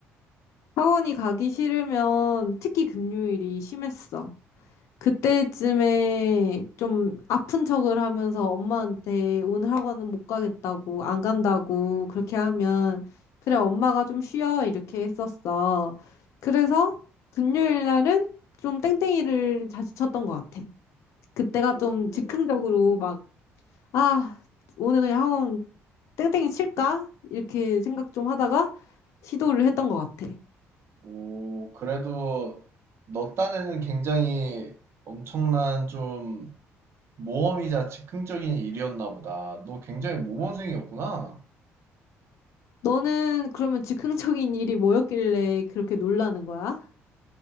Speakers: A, on the left; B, on the right.
A: 학원이 가기 싫으면 특히 금요일이 심했어. 그때쯤에 좀 아픈 척을 하면서 엄마한테 오늘 학원은 못 가겠다고, 안 간다고 그렇게 하면 그래, 엄마가 좀 쉬어. 이렇게 했었어. 그래서 금요일 날은 좀 땡땡이를 자주 쳤던 것 같아. 그때가
B: 오,
A: 좀 즉흥적으로 막, 아, 오늘 그냥 학원 땡땡이 칠까? 이렇게 생각 좀 하다가 시도를 했던 것 같아.
B: 오, 그래도 너 딴에는 굉장히 엄청난 좀 모험이자 즉흥적인 일이었나 보다. 너 굉장히 모범생이었구나.
A: 너는 그러면 즉흥적인 일이 뭐였길래 그렇게 놀라는 거야?